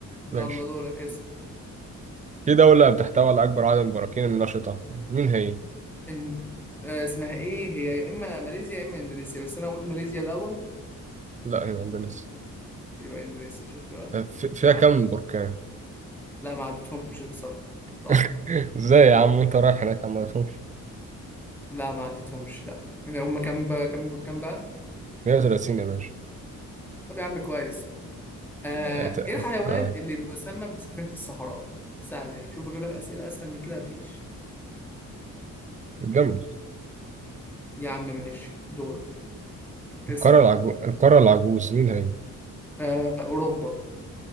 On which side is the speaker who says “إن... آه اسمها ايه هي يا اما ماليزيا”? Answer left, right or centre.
Centre